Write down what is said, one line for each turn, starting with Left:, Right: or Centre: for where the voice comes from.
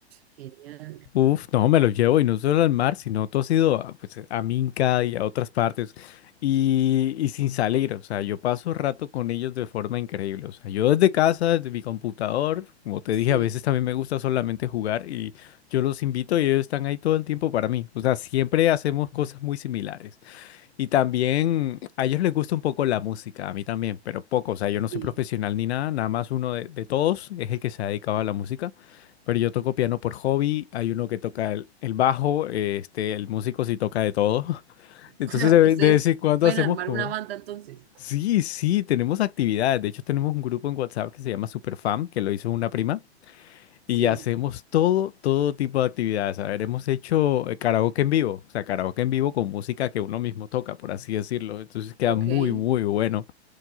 Right: Genial.
Left: Uf, no, me lo llevo y no solo al mar, sino todo ha sido a, pues, a Minca y a otras partes y, y sin salir, o sea, yo paso rato con ellos de forma increíble, o sea, yo desde casa, desde mi computador, como te
Right: Sí,
Left: dije, a veces también me gusta solamente jugar y yo los invito y ellos están ahí todo el tiempo para mí, o sea, siempre hacemos cosas muy similares. Y también a ellos les gusta un poco la música, a mí también, pero poco. O sea, yo no
Right: sí.
Left: soy profesional
Right: <laughs>
Left: ni nada, nada más uno de, de todos es el que se ha dedicado a la música. Pero yo toco piano por hobby, hay uno que toca el, el bajo, eh, este, el músico sí toca de todo. <laughs> Entonces
Right: O sea,
Left: de, ve-
Right: ustedes
Left: de vez en cuando
Right: pueden
Left: hacemos
Right: armar
Left: como...
Right: una banda entonces.
Left: Sí, sí, tenemos actividades. De hecho, tenemos un grupo en WhatsApp que se llama Superfam, que lo hizo una prima.
Right: Sí,
Left: Y hacemos todo, todo tipo de actividades. A ver, hemos hecho eh, karaoke en vivo, o sea, karaoke en vivo con música que uno mismo toca, por así decirlo. Entonces queda
Right: ok.
Left: muy,
Right: ¿Qué
Left: muy bueno.